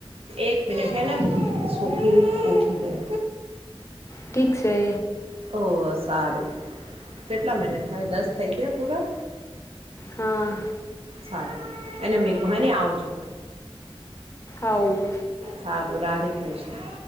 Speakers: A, on the right (about 75°); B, on the left (about 30°).
A: એક મિનટ હૈ ના સખી ઉઠી ગઈ.
B: ઠીક છે
A: ઓ સારું. કેટલા મહિને થાય દસ થઇ ગયા પૂરા.
B: હા.
A: સારું એને મે ક નઈ આવજો પણ.
B: આવું.
A: સારું રાધે કૃષ્ણ.